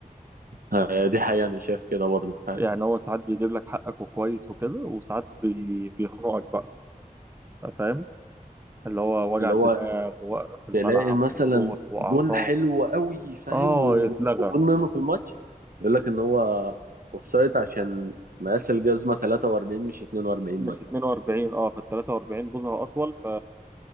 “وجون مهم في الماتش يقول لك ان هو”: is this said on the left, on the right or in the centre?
Right